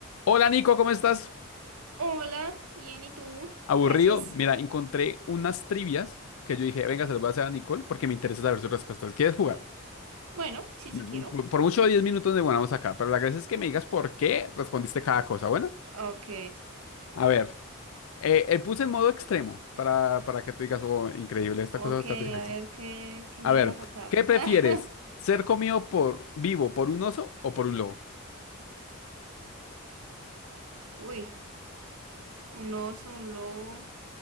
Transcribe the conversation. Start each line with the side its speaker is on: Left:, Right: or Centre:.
Left: Hola Nico, ¿cómo estás?
Right: Hola, bien, ¿y tú?
Left: Aburrido.
Right: ¿Qué haces?
Left: Mira, encontré unas trivias que yo dije, venga, se las voy a hacer a Nicole porque me interesa saber sus respuestas. ¿Quieres jugar?
Right: Bueno, sí,
Left: Mm,
Right: sí quiero.
Left: Por por mucho 10 minutos de vamos acá, pero la gracia es que me digas por qué respondiste cada cosa. Bueno,
Right: Ok.
Left: a ver, eh, eh, puse en modo extremo para, para que tú digas, oh, increíble, esta
Right: Ok,
Left: cosa va a estar
Right: a
Left: difícil.
Right: ver qué, qué me
Left: A ver,
Right: van a sacar.
Left: ¿qué prefieres?
Right: <laughs>
Left: ¿Ser comido por vivo por un oso o por un lobo?
Right: Uy, un oso, un lobo.